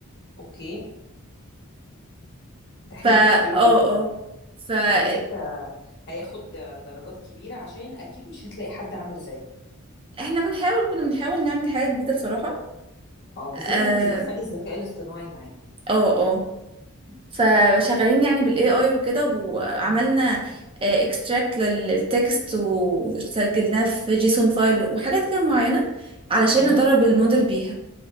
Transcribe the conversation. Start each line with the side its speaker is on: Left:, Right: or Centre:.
Left: اوكي ده حلو
Right: فا
Left: ده حلو
Right: اه
Left: جدا
Right: اه فاحنا
Left: على فكره هياخد درجات كبيره عشان اكيد مش هتلاقي حد عامل زيه
Right: بنحاول كنا بنحاول نعمل حاجة جديدة بصراحة
Left: اه بالذات
Right: اه
Left: انك تدخلي الذكاء الاصطناعي معاه
Right: اه آه.
Left: مم.
Right: فشغالين يعني بالاي اي وكده وعملنا
Left: مم.
Right: اكستراكت للتكست وسجلناه في جيسون فايل وحاجات كده معينة علشان
Left: مم.
Right: ندرب الموديل بيها